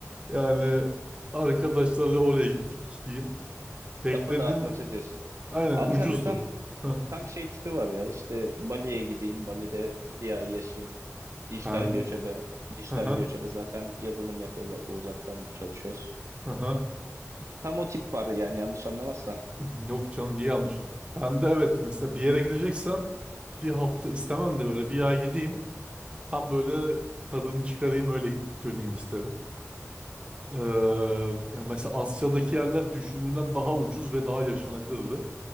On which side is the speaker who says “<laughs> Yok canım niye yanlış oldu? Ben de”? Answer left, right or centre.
Right